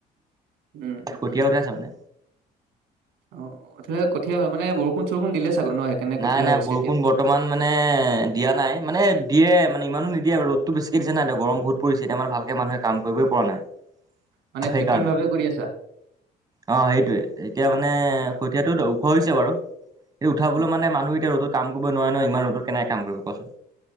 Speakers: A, on the right; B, on the right.
A: উম উ
B: কঠীয়া
A: উম
B: উঠাইছে মানে
A: অ এ কঠীয়া হয় মানে বৰষুণ চৰষুণ দিলে, চাগৈ ন সেইকাৰণে
B: নাই
A: কঠীয়া
B: নাই
A: হৈছে
B: বৰষুণ
A: এতিয়া
B: বৰ্তমান মানে- দিয়া নাই মানে দিয়ে মানে ইমানো নিদিয়ে আৰু ৰ'টো বেছিকে দিছে নাই এতিয়া গৰম বহুত পৰিছে এতিয়া মানে ভালকে মানুহে কাম কৰিবই পৰা নাই।
A: মানে
B: পৰা নাই। সেইকাৰণে
A: কৃত্ৰিম ভাৱে কৰি আছা
B: অ সেইটোৱে এতিয়া মানে। কঠীয়াতো ওখ হৈছে বাৰু এইটো উঠাব,
A: অ
B: কলৈ মানে মানুহ এতিয়া ৰ'দত‌ কাম কৰিব নোৱাৰে ন ইমান ৰ'দত কেনেকে কাম কৰিব কোৱাচোন?